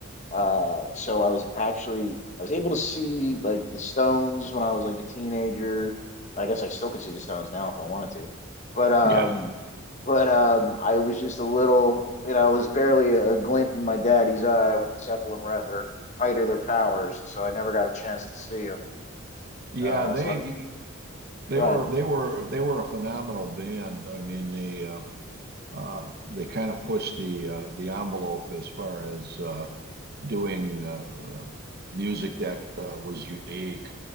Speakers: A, on the left; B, on the right.
A: Uh, so I was actually I was able to see like the Stones when I was like a teenager. I guess I still could see the Stones now if I wanted to. But um
B: Yeah.
A: but um I was just a little, you know, I was barely a glint in my daddy's eye when Zeppelin were at their height of their powers, so I never got a chance to see them.
B: Yeah,
A: Uh
B: they
A: so I,
B: They
A: go
B: were
A: ahead.
B: they were they were a phenomenal band. I mean, they uh, uh, they kind of pushed the uh, the envelope as far as uh, doing uh, uh, music that uh, was unique.